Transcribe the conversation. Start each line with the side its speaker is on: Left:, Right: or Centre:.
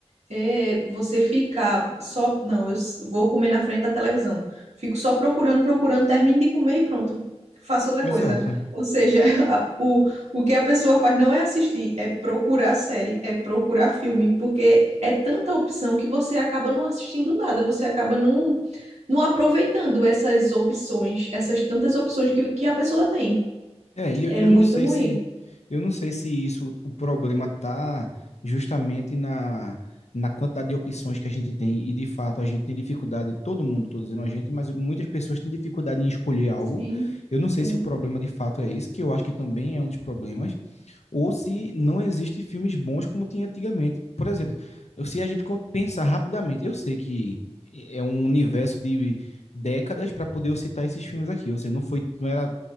Right: é você ficar só. Não, eu s- vou comer na frente da televisão. Fico só procurando, procurando, termino de comer e pronto. Faço outra
Left: Exato.
Right: coisa. Ou seja, <laughs> a- o, o que a pessoa faz não é assistir, é procurar série, é procurar filme, porque é tanta opção que você acaba não assistindo nada, você acaba não, não aproveitando essas opções, essas tantas opções que, que a pessoa tem.
Left: É, e eu,
Right: É
Left: e
Right: muito
Left: eu não sei
Right: ruim.
Left: se. Eu não sei se isso. O problema tá justamente na. Na quantidade de opções que a gente tem, e de fato a gente tem dificuldade, todo mundo, tô dizendo a gente, mas muitas pessoas têm dificuldade em escolher algo.
Right: Sim,
Left: Eu não sei
Right: sim,
Left: se o problema de fato é esse, que eu acho que também é um dos problemas, ou se não existem filmes bons como tinha antigamente. Por exemplo, eu- se a gente co- pensar rapidamente, eu sei que é um universo de décadas para poder eu citar esses filmes aqui. Ou seja, não foi, não era